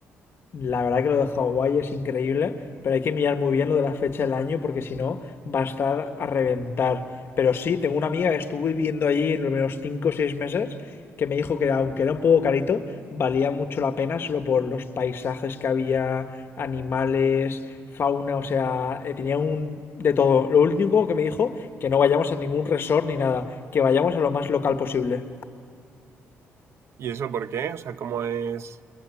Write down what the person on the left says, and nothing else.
La verdad que lo de Hawái es increíble, pero hay que mirar muy bien lo de la fecha del año porque si no va a estar a reventar. Pero sí, tengo una amiga que estuvo viviendo allí los menos 5 o 6 meses que me dijo que era- aunque era un poco carito, valía mucho la pena solo por los paisajes que había, animales, fauna, o sea, eh, tenía un de todo. Lo único que me dijo que no vayamos a ningún resort ni nada, que vayamos a lo más local posible.